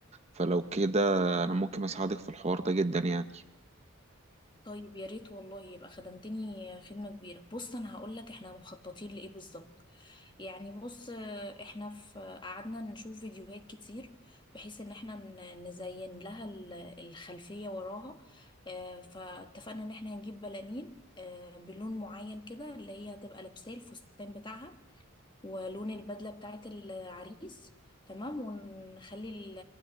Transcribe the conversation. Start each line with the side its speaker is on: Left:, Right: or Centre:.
Right: فلو كده أنا ممكن أساعدك في الحوار ده جدا يعني
Left: طيب يا ريت والله يبقى خدمتني خدمة كبيرة بص انا هقول لك احنا مخططين لايه بالظبط يعني بص آه، احنا في قعدنا نشوف فيديوهات كتير بحيث ان احنا ن- نزين لها ال- الخلفية وراها آه، فاتفقنا ان احنا هنجيب بلالين آه، بلون معين كده اللي هي هتبقى لابساه الفستان بتاعها ولون البدلة بتاعت العريس تمام ونخلي ال-